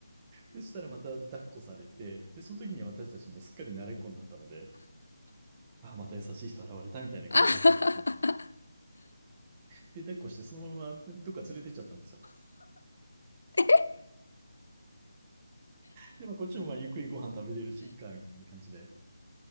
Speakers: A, on the right; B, on the left.
A: でそしたらまた抱っこされて、で、その時には私たちもすっかり慣れっこになったので、あ、また優しい人現れたみたいな感じだったんですね。
B: ははは
A: で、抱っこしてそのままどっか連れてっちゃったんですよ。<laughs>
B: <laughs>
A: で、まあ、こっちもまあゆっくりご飯食べれるし、いっか、みたいな感じで。